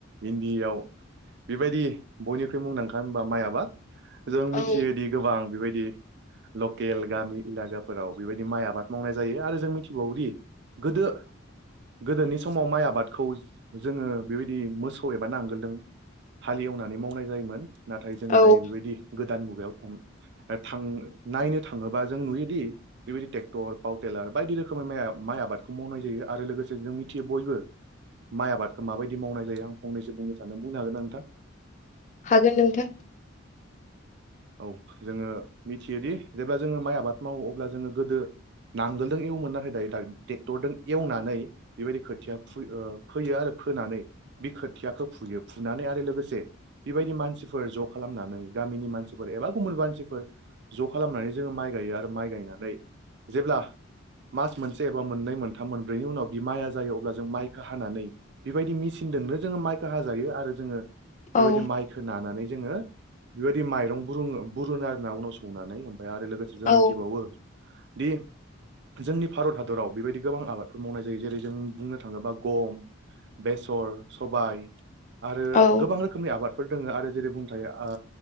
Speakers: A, on the right; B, on the left.
A: इण्डियाव बिबायदि बयनिख्रुइ मुंदांखा होनबा माइ आबाद जों मिथियोदि
B: औ
A: गोबां बेबायदि लकेल गामि एलाकाफोराव बेबायदि माइ आबाद मावनाय जायो आरो जों मिथिबावोदि गोदो गोदोनि समाव माइ आबादखौ जोङो बेबायदि मोसौ एबा नांगोलदों हालि एवनानै मावनाय जायोमोन नाथाय जोङो
B: औ
A: दायो बेबायदि गोदान मुगायाव दा थां नायनो थाङोबा जों नुयोदि बेबायदि टेक्टर पाव टेलार बायदि रोखोमै माइ आबादखौ मावनाय जायो आरो लोगोसे जों मि थियो बयबो माइ आबादखो माबायदि मावनाय जायो आं फंनैसो बुंनो सानदों बुंनो हागोन ना नोंथां?
B: हागोन नोंथां
A: औ जोङो मिथियोदि जेब्ला जोङो माइ आबाद मावो अब्ला जोङो गोदो नांगोलदों एवोमोन नाथाय दायो टेक्टरजों एवनानै बेबायदि खोथिया फु ओ फोयो आरो फोनानै बे खोथियाखौ फुयो फुनानै आरो लोगोसे बेबायदि मानसिफोर ज' खालामनानै गामिनि मानसिफोर एबा गुबुन मानसिफोर ज' खालामनानै जोङो माइ गायो आरो माइ गायनानै जेब्ला मास मोनसे एबा मोननै मोनथाम मोनब्रैनि उनाव बि माइया जायो अब्ला जों माइखो हानानै बेबायदि मिचिनजोंनो जोङो माइखो हाजायो आरो जोङो बेबायदि
B: औ
A: माइखो नानानै जोङो बेबायदि माइरं बुरुङो बुरुनो आरोना उनाव सौनानै ओमफ्राय आरो लोगोसे जों
B: औ
A: मिथिबावो बि जोंनि भारत हादराव बेबायदि गोबां आबादफोर मावनाय जायो जेरै जों बुंनो थाङोबा गम बेसर सबाइ आरो
B: औ
A: गोबां रोखोमनि आबादफोर दोङो आरो जेरै बुं थायो ओ